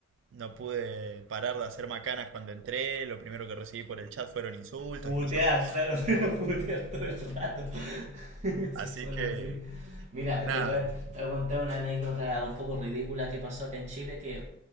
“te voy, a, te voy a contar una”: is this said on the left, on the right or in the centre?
Right